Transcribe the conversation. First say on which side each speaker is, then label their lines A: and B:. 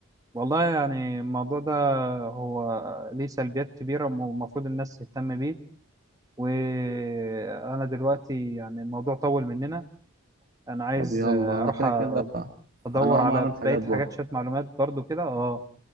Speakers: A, on the right; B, on the right.
A: والله يعني الموضوع ده هو ليه سلبيات كبيرة والمفروض الناس تهتم بيه وأنا دلوقتي يعني الموضوع طول مننا أنا عايز
B: طب يلا
A: أروح
B: أنا كده كده
A: أدور
B: أنا هقوم
A: على
B: أعمل حاجات
A: بقية
B: برضه
A: حاجات شوية معلومات برضو كده اه